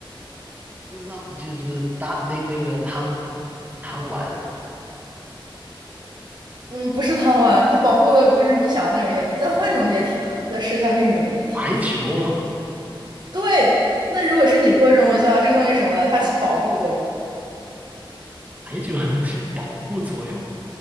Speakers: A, on the right; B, on the right.
A: 嗯那不就是大那那个汤汤碗
B: 嗯，不是汤丸，它保护的不是你想的那种液体。再换一种液体呢？再试一下另一种液体。
A: 白酒，
B: 对，那如果是你说的这种东西的话，这个东西是什么呢？它起保护作用，
A: 白酒 <laughs> 还有些保护作用。